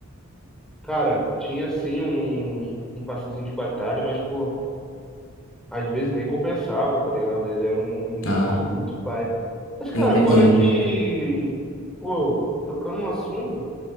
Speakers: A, in the centre; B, on the left.
A: Cara, tinha sim um, um passezinho de batalha, mas, pô, às vezes nem compensava, tá ligado? Ele era um, um jogo
B: Ah,
A: <laughs> muito pai. Mas, cara,
B: entendi,
A: agora que,
B: entendi.
A: pô, tocando no assunto,